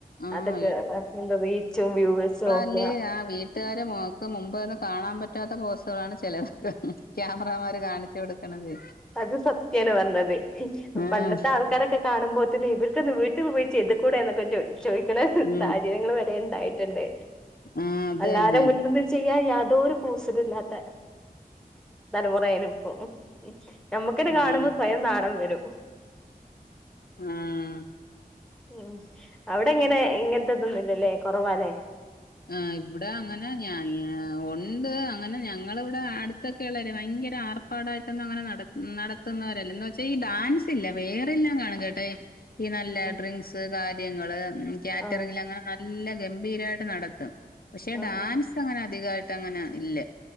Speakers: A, on the left (about 70°); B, in the centre.
A: ആഹ്
B: അതൊക്കെ എന്ത റീച്ചും വ്യൂവേഴ്സും നോക്കുക
A: ല് ആവീ ട്ട് കാരെ മോക്ക് മുമ്പ് വന്ന് കാണാൻ പറ്റാത്ത പോസ്സുകളാണ് ചിലർക്ക് ക്യാമറമാർ കാണിച്ചു കൊടു ക്ണത്
B: അത് സത്യാണ് പറഞ്ഞത്
A: ആഹ്
B: പണ്ടത്തെ ആൾ ക്കാരൊക്കെ കാണുമ്പോത്തിന്ന്ഇവർക്ക് ന്താ വീട്ടി പോയി ചെയ്ത് കൂടെ ന്നൊക്കെ ചോയ് ചോയ്ക്ക്ണ
A: ഉം
B: സാഹചര്യങ്ങൾ വരെണ്ടായിട്ടുണ്ട്
A: ആഹ് അത്
B: അല്ലാരെ
A: തന്നെ
B: മുന്ന്ന്ന് ചെയ്യാൻ യാതോരു കൂസലും ഇല്ലാത്തെ തലമുറേയ്ണ്പ്പം നമ്മുക്കന്നെ
A: ആഹ്
B: കാണുമ്പോ സ്വയം നാണം വെരും
A: ആഹ്
B: ഉം അവിടെങ്ങനെ ഇങ്ങന് ത്തെതൊന്നുല്ലല്ലെ കുറവാലേ
A: ആഹ് ഇവിടെ അങ്ങനെ ഞാന് ആ ഓൽ ഇണ്ട് അങ്ങനെ ഞങ്ങളിവിടെ അടുത്തൊക്കെ ഉള്ളവര് ഭയങ്കര അർഭാടായിട്ട് ക്കെ അങ്ങന നട നടത്തുന്നവരല്ല എന്ന് വെച്ചാ ഈ ഡാൻസ് ഇല്ല വേറെല്ലാം കാണും കേട്ടെ ഈ നല്ല
B: ഉം
A: ഡ്രിങ്ക്സ് കാര്യങ്ങള് കാറ്ററിങ്ങിൽ
B: ആഹ്
A: അങ്ങനെ നല്ല ഗംഭീരായിട്ട് നട ത്തും പക്ഷെ
B: ആഹ്
A: ഡാൻസ്
B: ആഹ്
A: അങ്ങനെ അധികായിട്ട് അങ്ങനെ ഇല്ല